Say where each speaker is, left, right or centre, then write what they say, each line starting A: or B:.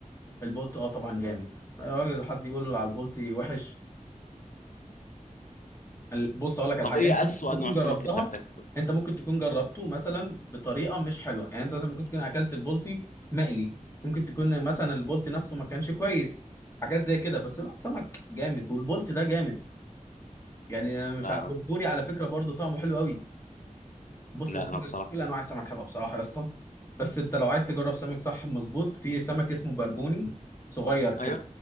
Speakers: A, on the left (about 20°); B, on the left (about 70°).
A: البولتي اه طبعا جامد آه، الراجل حد يقول على البولتي وحش ال- بص اقول لك على
B: طب
A: حاجه
B: ايه
A: انت ممكن
B: اسوأ
A: تكون
B: نوع سمك
A: جربتها
B: انت بتاكله
A: انت ممكن تكون جربته مثلا بطريقه مش حلوه يعني انت مثلا ممكن تكون اكلت البلطي مقلي ممكن تكون مثلا البلطي نفسه ما كانش كويس حاجات زي كده بس لا السمك جامد والبلطي ده جامد يعني انا مش
B: لا
A: عارف البوري على فكره برضو طعمه حلو قوي بص
B: لا
A: هو كل
B: انا بصراحه
A: كل انواع السمك حلوه بصراحه يا اسطى بس انت لو عايز تجرب سمك صح مظبوط في سمك اسمه بربوني صغير كده
B: ايوه